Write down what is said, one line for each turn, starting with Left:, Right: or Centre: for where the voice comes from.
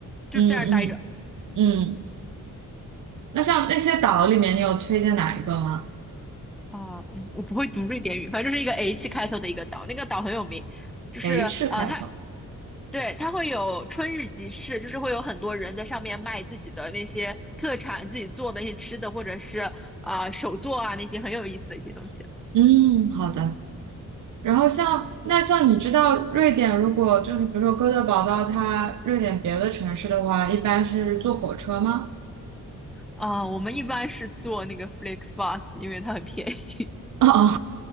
Centre: 就在那儿待着。
Right: 嗯嗯嗯。那像那些岛里面，你有推荐哪一个吗
Centre: 啊、我我不会读瑞典语，反正就是一个 H 开头的一个岛，那个岛很有名，就是呃，
Right: ？H 开头。
Centre: 它对，它会有春日集市，就是会有很多人在上面卖自己的那些特产，自己做的一些吃的，或者是啊、手作啊那些很有意思的一些东西。
Right: 嗯，好的。然后像那像你知道瑞典，如果就是比如说哥德堡到它瑞典别的城市的话，一般是坐火车吗？
Centre: 啊、我们一般是做那个 FlixBus，因为它很便宜，
Right: 哦，<laughs> 哦，